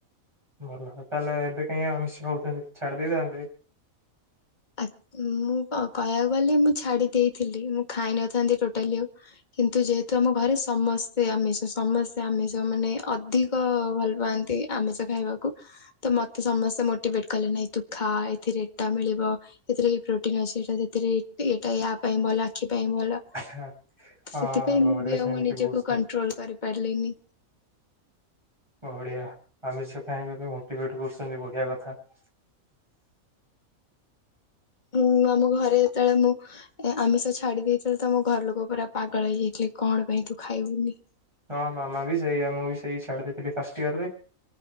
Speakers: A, on the right; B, on the left.
A: ଭଲ ତାହେଲେ ଏବେ କାଇଁ ଆମିଷ ଖାଉଛନ୍ତି ଛାଡି ଦେଇଥାନ୍ତେ?
B: ଆ ମୁଁ କହିବାକୁ ଗଲେ ମୁଁ ଛାଡି ଦେଇଥିଲି ମୁଁ ଖାଇନଥାନ୍ତି ଟୋଟାଲି ଆଉ। କିନ୍ତୁ ଯେହେତୁ ଆମ ଘରେ ସମସ୍ତେ ଆମିଷ ସମସେ ଆମିଷ ମାନେ ଅଧିକ ଭଲ ପାଆନ୍ତି। ଆମିଷ ଖାଇବାକୁ ତ ମତେ ସମସ୍ତେ ମୋଟିଭେଟ କଲେ ନାଇଁ ତୁ ଖା ଏଥିରେ ଏଟା ମିଳିବ ଏଥିରେ ପ୍ରୋଟିନ ଅଛି ତ ସେଥିରେ ଏଇଟା ୟା ପାଇଁ ଭଲ ଆଖି ପାଇଁ ଭଲ।
A: ହଁ
B: ସେଥିପାଇଁ
A: ଆମ
B: ମୁଁ
A: ଘରେ
B: ବି
A: ସେମିତି
B: ଆଉ ନିଜକୁ
A: ବହୁତ
B: କଣ୍ଟ୍ରୋଲ କରିପାରିଲିନି।
A: ବଢିଆ ଆମିଷ ଖାଇବା ପାଇଁ ମୋଟିଭେଟ କରୁଛନ୍ତି ବଢିଆ କଥା। <inaudible>
B: ମୁଁ ଆମ ଘରେ ଯେତେବେଳେ ମୁଁ ଆମିଷ ଛାଡି ଦେଇେଇଥିଲି ତ ମୋ ଘରଲୋକ ପୁରା ପାଗଳ ହେଇଯାଇଥିଲେ। କି କଣ ପାଇଁ ତୁ ଖାଇବୁନି?
A: ହଁ ମାମା ବି ସେଇ ମୁଁ ବି ସେଇ ଛାଡି ଦେଇେଇଥିଲି ଫାଷ୍ଟି ଇୟର ରେ